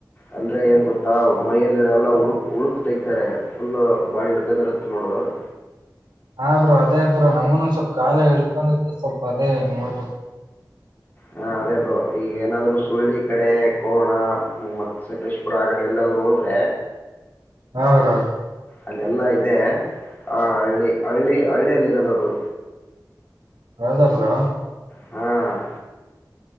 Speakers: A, on the left; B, on the right.
A: ಅಂದ್ರೆ ಏನ್ ಗೊತ್ತಾ ಮೈಯಲ್ಲಿರ ಎಲ್ಲಾ ಉಳುಕ್ ಉಳುಕ್ ತೆಗತಾರೆ ಫುಲ್ ಬಾಡಿ ಹಿಡ್ಕೊಂಡ ಇರುತ್ತ ನೋಡು ಹ್ಮ
B: ಹಾ ಬ್ರೋ ಅದೇ ಇಬ್್ರೋ ನಮನೊಂದ ಸ್ವಲ್ಪ್ ಕಾಲ ಹಿಡ್ಕೊಂಡಿದ್ದೆ ಸ್ವಲ್ಪ ಅದೇ ನೋಡ್ಬೋದು
A: ಹಾ ಅದೇ ಬ್ರೋ ಈಗ ಏನಾದ್ರು ಸುಳ್ಳಿ ಕಡೆ ಕೋಣ ಮತ್ತೆ ಸಕಲೇಶಪುರ ಆ ಕಡೆ ಎಲ್ಲ ರು ಓದೋ
B: ಹ ಬ್ರೋ
A: ಅಲ್ಲೆಲ್ಲಾ ಇದೆ ಆ ಹಳ್ಳಿ ಹಳ್ಳಿ ಹಳ್ಳಿಯಲ್ಲಿ ಇರೋದದು
B: ಹೌದಬ್ರಾ
A: ಹ್ಮ್